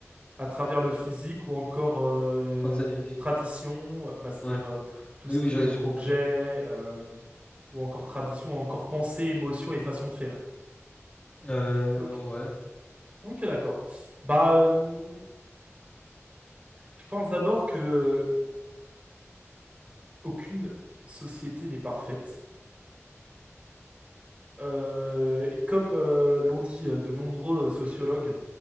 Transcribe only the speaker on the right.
à travers le physique ou encore euh,
les traditions, euh, bah, c'est-à-dire
euh, tout
ce qui
va être
objet, euh, ou encore tradition, ou encore pensée, émotion et façon de faire.
Ok,
ok, d'accord. Bah, euh, je pense d'abord que aucune société n'est parfaite. Euh, et comme euh, l'ont dit euh, de nombreux sociologues